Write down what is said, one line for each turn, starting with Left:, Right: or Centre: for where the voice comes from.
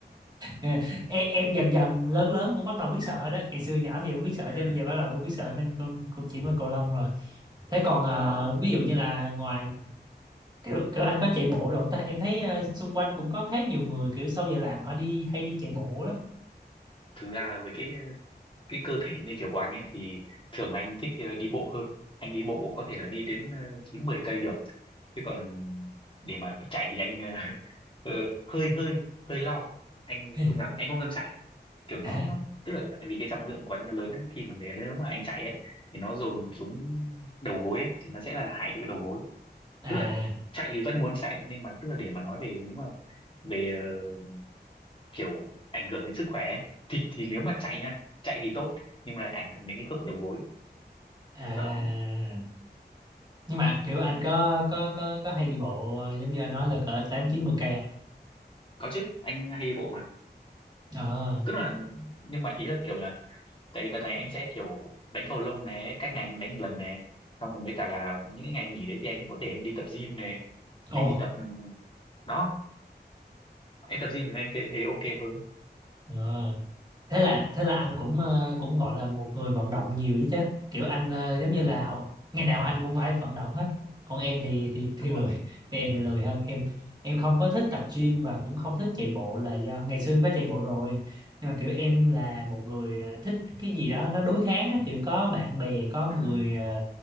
Right: Ờ, em, em dần dần lớn lớn cũng bắt đầu biết sợ đó ngày xưa nhỏ thì không biết sợ
Left: ừ.
Right: chứ bây giờ bắt đầu cũng biết sợ nên cũng, cũng chỉ có cầu lông rồi thế còn ờ, ví dụ như là ngoài kiểu kiểu anh có chạy bộ rồi không ta em thấy ờ, xung quanh cũng có khá nhiều người kiểu sau giờ làm họ đi hay đi chạy bộ lắm
Left: thực ra là với cái cái cơ thể như kiểu của anh ấy thì thường là anh thích ờ, đi bộ hơn anh đi bộ có thể là đi đến ờ, chín mười cây được chứ còn để mà chạy thì anh ờ, <laughs> ờ, hơi hơi hơi lo anh
Right: <laughs>
Left: không dám anh không dám chạy kiểu nó
Right: à,
Left: nó tức là tại vì cái trọng lượng của anh nó lớn ấy, khi mà để nếu mà anh chạy ấy thì nó dồn xuống đầu gối ấy, thì nó sẽ là hại cho cái đầu gối
Right: à,
Left: tức là chạy thì vẫn muốn chạy nhưng mà tức là để mà nói về nếu mà về ờ, kiểu ảnh hưởng đến sức khỏe ấy. thì thì nếu mà chạy nha chạy thì tốt nhưng mà lại ảnh hưởng đến cái khớp đầu gối
Right: à.
Left: đó
Right: nhưng mà kiểu anh có có có có hay đi bộ ờ, giống như anh nói là cỡ tám chín mười cây không
Left: có chứ anh hay đi bộ mà
Right: ờ
Left: tức là nhưng mà ý là kiểu là tại vì đợt này anh sẽ kiểu đánh cầu lông này cách ngày anh đánh một lần này xong rồi với cả là những cái ngày nghỉ đấy thì anh có thể anh đi tập gym này
Right: ồ
Left: anh đi tập đó anh tập gym anh sẽ thấy ok hơn
Right: ờ. thế là thế là anh cũng ờ, cũng gọi là một người vận động nhiều chứ chứ kiểu anh ờ, giống như
Left: ừ,
Right: là hầu- ngày nào anh cũng phải vận động hết còn em thì thì
Left: đúng
Right: thì
Left: rồi
Right: lười <laughs> thì em thì lười hơn em em không có thích tập gym và cũng không thích chạy bộ là do ngày xưa em có chạy bộ rồi nhưng mà kiểu em là một người ờ, thích cái gì đó nó đối kháng á, kiểu có bạn bè có
Left: ừ.
Right: người ờ,